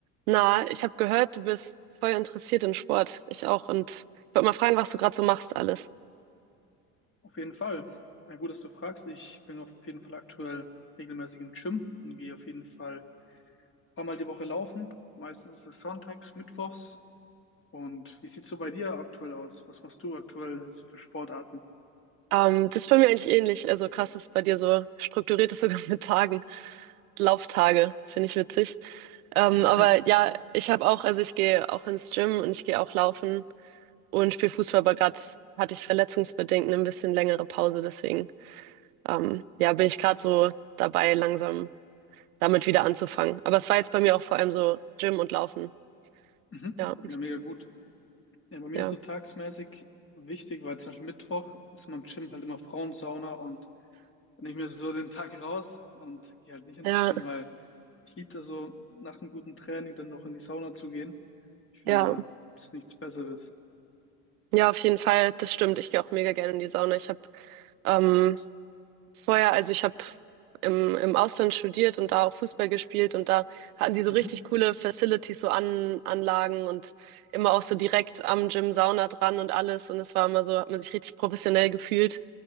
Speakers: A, on the right; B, on the left.
A: Na, ich habe gehört, du bist voll interessiert in Sport. Ich auch. Und ich wollte mal fragen, was du gerade so machst alles.
B: Auf jeden Fall. Na gut, dass du fragst. Ich bin auf jeden Fall aktuell regelmäßig im Gym und gehe auf jeden Fall ein paar Mal die Woche laufen. Meistens ist es sonntags, mittwochs. Und wie sieht's so bei dir aktuell aus? Was machst du aktuell so für Sportarten?
A: Ähm, das ist bei mir eigentlich ähnlich. Also krass, dass bei dir so strukturiert ist <laughs> sogar mit Tagen. Lauftage, finde ich witzig. Ähm,
B: <laughs>
A: aber ja, ich habe auch, also ich gehe auch ins Gym und ich gehe auch laufen und spiele Fußball, aber gerade hatte ich verletzungsbedingt eine ein bisschen längere Pause. Deswegen, ähm, ja, bin ich gerade so dabei, langsam damit wieder anzufangen. Aber es war jetzt bei mir auch vor allem so Gym und Laufen.
B: Mhm.
A: Ja,
B: Ja, mega gut. Ja, bei mir
A: ja.
B: ist so tagsmäßig wichtig, weil zum Beispiel Mittwoch ist in meinem Gym halt immer Frauensauna und dann nehme ich mir so den Tag raus und gehe halt nicht ins
A: Ja,
B: Gym, weil Ich liebe das so, nach einem guten Training dann noch in die Sauna zu gehen. Ich finde,
A: Ja,
B: da gibt es nichts Besseres.
A: ja, auf jeden Fall, das stimmt. Ich gehe auch mega gerne in die Sauna. Ich habe ähm, vorher, also ich habe im, im Ausland studiert und da auch Fußball gespielt und da hatten die so
B: Mhm.
A: richtig coole Facilities, so An Anlagen und immer auch so direkt am Gym Sauna dran und alles. Und es war immer so, hat man sich richtig professionell gefühlt